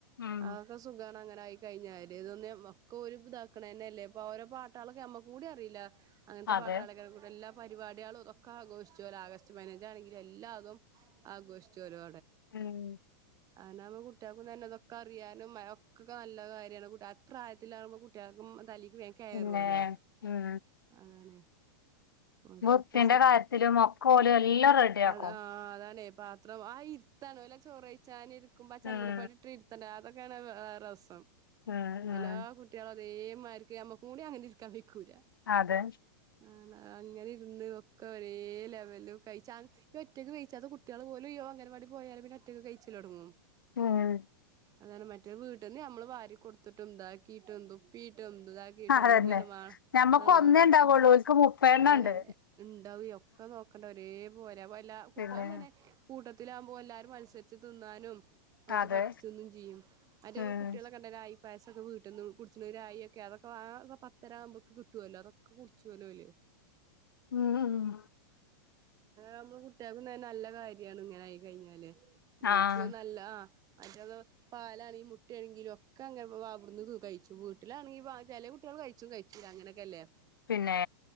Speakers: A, on the left (about 80°); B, on the right (about 30°).
A: ഉം
B: അതൊക്കെ സുഖണ് അ ങ്ങനെ ായി കഴിഞ്ഞാല് ഇതൊന്നും ഒക്ക ഓല് ഇതാക് നെനെല്ലേ പ്പഓരോ പാട്ടാളൊക്കെ അമ്മക്കും കൂടി അറിയില്ല അങ്ങനത്തെ
A: അതെ
B: പാട്ടാളെക്കാരൻ കൂടെ എല്ലാം പരിപാടിളും തൊക്കെ ആഘോഷിചോലോ ആഗസ്റ്റ് പതിനഞ്ചാണെങ്കിലും എല്ലാതും ആഘോഷിചോലോ
A: ഉം
B: അങ്ങാവുമ്പ കുട്ടികൾക്കും തന്നെ തൊക്കെ അറിയാനും ഒക്കൊക്കെ നല്ല കാര്യമാണ് ആ പ്രായത്തിലാകുമ്പോ കുട്ടികൾക്കും തലി ക് വേക്കറൂല്ലോ
A: പിന്നെ ഉം
B: അതാണ് ഓൽകൊക്കെ
A: ബുക്കിന്റെ
B: സെറ്റ്
A: കാര്യത്തിലും ഒക്കെ ഓല് എല്ലാം റെഡിയാക്കും
B: അതാ അ ആ അതാണ് പാത്രം ആ ഇരുത്തണ ചോറഴച്ചാൻ ഇരിക്കുമ്പോ ആ ചൻദനപ്പടി
A: ഉം
B: ഇട്ട് ഇര് ത്തൽ ക്കെയാണ് വേറെ രസം
A: ഉം
B: എല്ലാ
A: ഉം
B: കുട്ടട്ടളും അതേമാർക്ക് നമ്മക്കുടി അങ്ങനെ ഇരിക്കാൻ വെയ്ക്കൂല
A: അതെ
B: ആണ് അങ്ങനെ ഇരുന്ന് ഒക്കെ ഒരേ ലെവല് കഴിച്ച ഒറ്റയ്ക്ക് കയ്ച്ചാത്ത കുട്ട്യള് പോലും ഇ അങ്ങൻവാടി പോയാല് പിന്നെ ഒറ്റക്ക് കയ്ച്ചിലൊടങ്ങും
A: ഉം
B: അതാണ് മറ്റേരു വീട്ടിന്ന് നമ്മള് വാരി കൊടുത്തിട്ടും താക്കിട്ടും തു പ്പിട്ടും ഇതാക്കിട്ടും
A: അതന്നെ
B: അങ്ങനെ വേ
A: ഞമ്മക്ക്
B: അ
A: ഒന്നേ
B: വേണം
A: ഉണ്ടാവുള്ളൂ ഓൽക്ക് മുപ്പെണ്ണം
B: അതാണ്
A: ഉണ്ട്
B: ഉണ്ടാവ ഒക്കെ നോക്കണ്ട ഒരേ പോല എല്ല കുട്ടികളും
A: പിന്നെ
B: തന്നെ കൂട്ടത്തി ത്തിലാമ്പോ എല്ലാരും മത്സരിച്ച് തിന്നാനും അവക്
A: അതെ
B: പറ്റന്നും ഇല്ലേയ് അറ്റെ
A: ഉം
B: കുട്ടികളെ കണ്ടെരെ ആയി പായസൊക്കെ വീട്ടിന്ന് കുടിച്ണ് ഒരായൊക്കെ അതൊക്കെ ആ പത്തര ആമ്പോക്ക് കിട്ടോല്ലോ അതൊക്കെ കുടിച്ചോല്ലോ ഓല്
A: ഉം ഉം
B: നമ്മൾ കുട്ടികൾക്കും തെന്നെ നല്ല കാര്യാണ് ഇങ്ങനെ ആയി കഴിഞ്ഞാല് ഓൽക്ക്
A: ആഹ്
B: നല്ലാ മറ്റേതോ പാലാണെങ്കും മുട്ടണെങ്കിലും ഒക്കെ അങ്ങനെ അവട്ന്ന് കഴിച്ചും വീട്ടിലാണെങ്കിൽ ചെല കുട്ടിള് കഴിച്ചു കയ്ച്ച്ലാ അങ്ങനെക്കല്ലേ
A: പിന്നെ